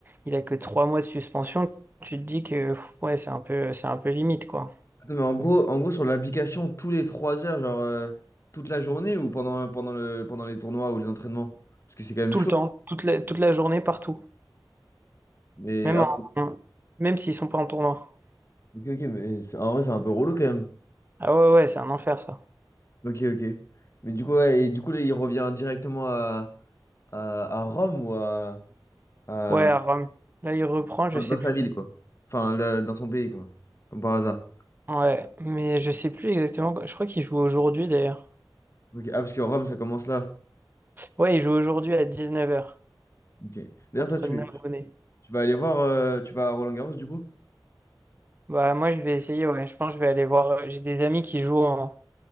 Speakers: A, on the right; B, on the left.
A: il a que trois mois de suspension, tu te dis que pff, ouais, c'est un peu, c'est un peu limite, quoi.
B: Non, mais en gros, en gros, sur l'application, tous les 3 heures, genre, euh, toute la journée ou pendant, pendant le, pendant les tournois ou les entraînements? Parce que c'est quand même
A: Tout
B: chaud.
A: le temps, toute la, toute la journée, partout.
B: Mais,
A: Même
B: ah,
A: en, même s'ils sont pas en tournoi.
B: ok, ok, mais c'est- en vrai, c'est un peu relou quand même.
A: Ah ouais, ouais, c'est un enfer, ça.
B: Ok, ok. Mais du coup, ouais, et du coup, là, il revient directement à, à, à Rome ou à, à-
A: Ouais, à Rome. Là, il reprend, je
B: Dans,
A: sais
B: dans sa
A: plus.
B: ville, quoi. Enfin, le- dans son pays, quoi. Comme par hasard.
A: Ouais, mais je sais plus exactement. Je crois qu'il joue aujourd'hui, d'ailleurs.
B: Ok. Ah, parce que Rome, ça commence là.
A: Ouais, il joue aujourd'hui à 19h
B: Ok. D'ailleurs,
A: contre
B: toi, tu,
A: Narbonne.
B: tu vas aller voir, euh, tu vas à Roland-Garros, du coup?
A: Bah, moi, je vais essayer, ouais. Je pense que je vais aller voir. euh, J'ai des amis qui jouent en-